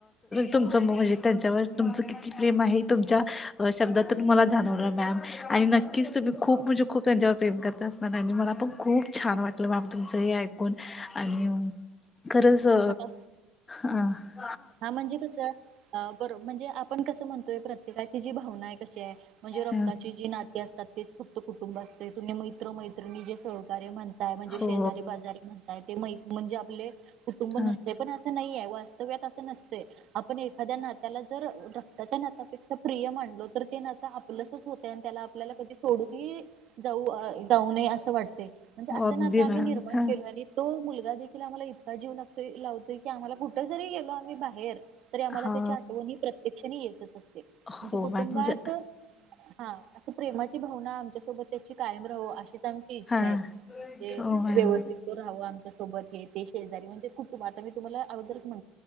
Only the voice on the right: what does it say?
आता
हा म्हणजे कसं बरो म्हणजे आपण कसं म्हणतोय प्रत्येका ति जी भावना आहे कशी आहे. म्हणजे रक्ताची
जी नाते असतात तेच फक्त कुटुंब असतात. ते तुम्ही मैत्र मैत्रिणी जे सहकार्य म्हणताय म्हणजे
शेजारी बाजारी म्हणताय ते मै. म्हणजे आपले कुटुंब
नसते पण असं नाहीे वास्तव्यात. आपण एखाद्या नात्याला जर रक्ताच्या नातपेक्षा प्रिय मानलो तर ते नातं आपलं. हो त्याला आपल्याला कधी सोडून जाऊ जाऊ नये असं वाटत. म्हणजे
असं
ना आता आम्ही
निर्माण
केलो आणि तो मु. देखील आम्हाला इतका जीव लातो लावतो की आम्हाला कुठ जरी गेलो आम्ही बाहेर. तरी आम्हाला
त्याची आठवणी प्रत्यक्षने येल. म्हणजे
कुटुंबात
हा प्रेमाची भावना आमच्यासोबत. त्याची कायम राहाव अशीचमची इच्छा
आहे. ते
व्यवस्थित राहावं आमच्यासोबत हे ते शेजारी म्हणजे कुठु आता मी तुम्हाला. अगदरचणू.